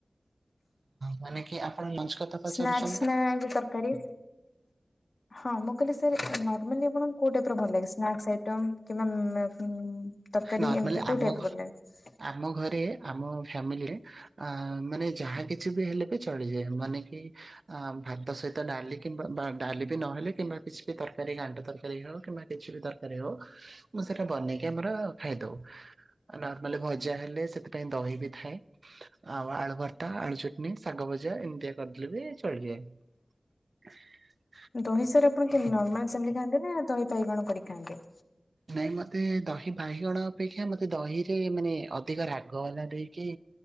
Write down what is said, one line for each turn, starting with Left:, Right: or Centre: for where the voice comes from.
Right: ମାନେ କି ଆପଣ ଲଞ୍ଚ କଥା ପଚାରୁଛନ୍ତି
Left: ସ୍ନାକ୍ସ
Right: ତ?
Left: ନା ଏ ଯୋଉ ତରକାରୀ? ହଁ ମୁଁ କହିଲି ସେ ନର୍ମାଲି ଆପଣଙ୍କୁ କୋଉ ଟାଇପ୍ ର ଭଲ ଲାଗେ ସ୍ନା <unintelligible> ତରକାରୀ
Right: ନର୍ମାଲି
Left: ଏମିତି କୋଉ
Right: ଆମ
Left: ଟାଇପ୍ ର ଭଲ ଲାଗେ?
Right: ଆମ ଘରେ ଆମ ଫ୍ୟାମିଲିରେ ଆ ମାନେ ଯାହା କିଛି ବି ହେଲେ ବି ଚଳିଯାଏ। ମାନେ କି ଅ ଭାତ ସହିତ ଡାଲି କିମ୍ବା ଡାଲି ବି ନହଲେ କିମ୍ବା କିଛି ବି ତରକାରୀ ଗାଣ୍ଟ ତରକାରୀ ହଉ କିମ୍ବା କିଛି ବି ତରକାର ହଉ ମୁଁ ସେଇଟା ବନେଇକି ଆମର ଖାଇଦଉ। ନର୍ମାଲି ଭଜା ହେଲେ ସେଥିପାଇଁ ଦହି ବି ଥାଏ। ଆଉ ଆଳୁ ଭର୍ତ୍ତା ଆଳୁ ଚଟନୀ ଶାଗ ଭଜା ଏମିତିଆ କରିଦେଲେ ବି ଚଳି ଯାଏ। ହ <unintelligible>
Left: ଦହି ସାର ଆପଣ କେମିତି ନର୍ମାଲ ସେମିତି ଖାଆନ୍ତେ ନା ଦହି ବାଇଗଣ କରିକି ଖାଆନ୍ତି?
Right: ନାଇଁ ମତେ ଦହି ବାଇଗଣ ଅପେକ୍ଷା ମତେ ଦହିରେ ମାନେ ଅଧିକ ରାଗ ବାଲା ଦେଇକି